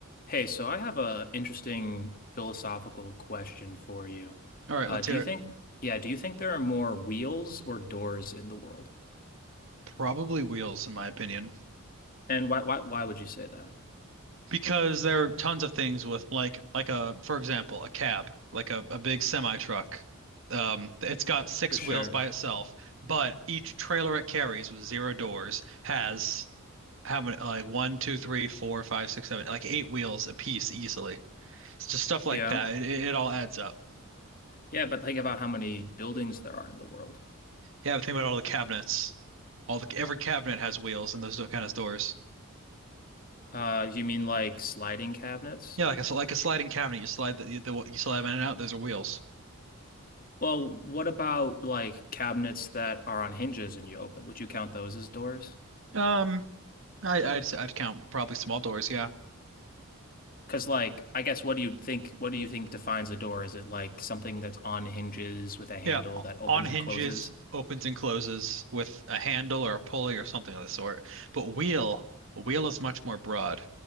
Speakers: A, on the left (about 40°); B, on the right (about 60°).
A: Hey, so I have a interesting philosophical question for you.
B: All right,
A: Uh,
B: let's
A: do
B: hear
A: you think,
B: it.
A: yeah, do you think there are more wheels or doors in the world?
B: Probably wheels, in my opinion,
A: And why, why, why would you say that?
B: because there are tons of things with like like a for example a cab, like a, a big semi truck. Um, it's got six
A: For sure.
B: wheels by itself, but each trailer it carries with zero doors has how many like one, two, three, four, five, six, seven, like eight wheels a piece easily. It's just stuff like
A: Yeah.
B: that. It, it, it all adds up.
A: Yeah, but think about how many buildings there are in the world.
B: Yeah, but think about all the cabinets. All the every cabinet has wheels and those kind of doors.
A: Uh, you mean like sliding cabinets?
B: Yeah, like a s- like a sliding cabinet. You slide the, the you slide them in and out. Those are wheels.
A: Well, what about like cabinets that are on hinges and you open? Would you count those as doors?
B: Um, I, I'd I'd count probably small doors. Yeah,
A: Because like, I guess what do you think, what do you think defines a door? Is it like something that's on hinges with a handle
B: yeah, o-
A: that opens
B: on hinges,
A: and closes?
B: opens and closes with a handle or a pulley or something of the sort. But wheel, a wheel is much more broad.